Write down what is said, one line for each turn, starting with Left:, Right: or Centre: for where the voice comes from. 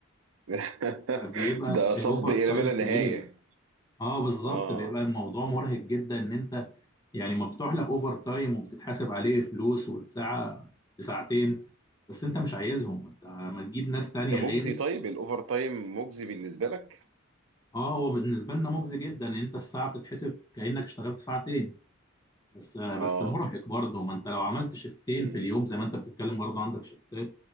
Right: <laughs>
Left: فبيبقى
Right: ده
Left: الاوفر
Right: صب الى
Left: تايم
Right: ما لا نهايه
Left: كبير اه بالظبط
Right: اه
Left: بيبقى الموضوع مرهق جدا ان انت يعني مفتوح لك اوفر تايم وبتتحاسب عليه فلوس والساعه بساعتين بس انت مش عايزهم انت ما تجيب ناس تانية
Right: انت مجزي
Left: غيري
Right: طيب الاوفر تايم مجزي بالنسبه لك
Left: اه هو بالنسبه لنا مجزي جدا ان انت الساعه بتتحسب كانك اشتغلت ساعتين بس بس
Right: اه
Left: مرهق برضه ما انت لو عملت شيفتين
Right: امم
Left: في اليوم زي ما انت بتتكلم برضه عندك شيفتات